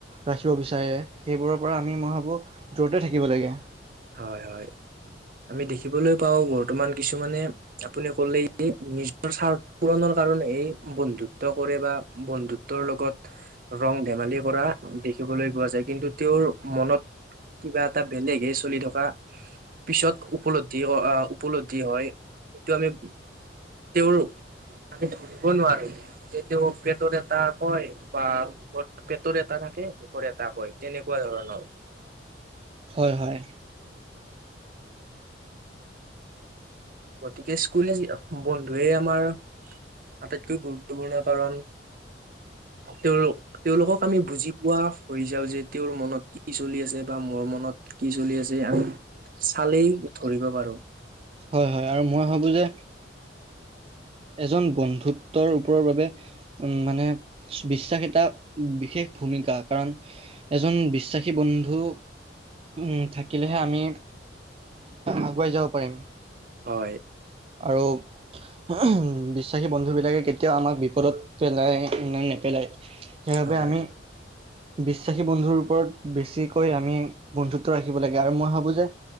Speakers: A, on the right; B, on the right.
A: ৰাখিব বিচাৰে সেইবোৰৰ পৰা আমি, মই ভাবো দূৰতে থাকিব লাগে।
B: হয়, হয়, আমি দেখিবলৈ পাও বৰ্তমান কিছুমানে আপুনি ক'লে যে নিজৰ স্বাৰ্থ পূৰণৰ কাৰণে এই বন্ধুত্ব কৰে বা বন্ধুত্বৰ লগত ৰং ধেমালি কৰা দেখিবলৈ পোৱা যায়। কিন্তু তেওঁৰ মনত কিবা এটা বেলেগ চলি থকা পিছত উপলব্ধি, উপল্ধি হয় সেইটো আমি তেওঁৰ মান ধুলব নোৱাৰাৰে যে তেওঁ পেটৰে এটা কয় বা পেটৰেটা ে এটাক কয় তেনেকুৱা ধৰণৰ।
A: হয় হয়।
B: গতিকে স্কুলে য বন্ধুৱে আমাৰ আটাইতকৈ গুৰুত্বপূৰ্ণ কাৰণ, তেওঁৰ তেওঁলোক আমি বুজি পোৱা কৰি যাও যে তেওঁৰ মনত কি চলি আছে বা মোৰ মনত কি চলি আছে চালেই ধৰিব পাৰো।
A: হয় হয় আৰু মই ভাবো যে এজন বন্ধুত্বৰ ওপৰৰ বাবে উম মানে বিশ্বাস এটা বিশেষ। ভমিকা কাৰণ এজন বিশ্বাসী বন্ধু উম থাকিলেহে আমি আগুৱাই যাব পাৰিম।
B: হয়।
A: আৰু উ বিশ্বাসী বন্ধু ে কেতিয়াও আমাক বিপদত পেলাই ন নেপেলায় সেইবাবে
B: হয়
A: আমি বিশ্বাসী বন্ধুৰ ওপৰত বেছিকৈ আমি বন্ধুত্ব ৰাখিব লাগে আৰু মই ভাবো যে